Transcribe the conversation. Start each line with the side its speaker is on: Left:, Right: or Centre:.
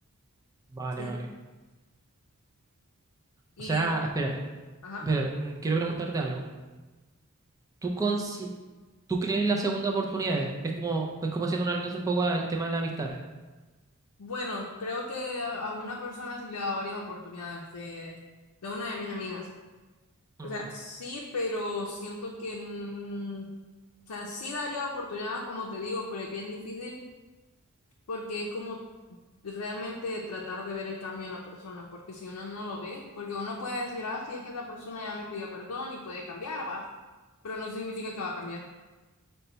Right: Vale,
Left: Sí.
Right: vale.
Left: Y,
Right: O sea, espérate,
Left: ajá.
Right: espérate, mm, quiero preguntarte algo. ¿Tú, consi- tú crees en las segundas oportunidades? Es como, es como haciendo un alcance un poco al tema de las amistades.
Left: Bueno, creo que a a una persona sí le he dado varias oportunidades de, de una de mis amigas.
Right: Mm,
Left: O sea, sí, pero siento que, mm, o sea, sí daría oportunidades, como te digo, pero es bien difícil porque es como realmente tratar de ver el cambio en la persona, porque si uno no lo ve, porque uno puede decir, ah, sí, es que esa persona ya me pidió perdón y puede cambiar, va, pero no significa que va a cambiar.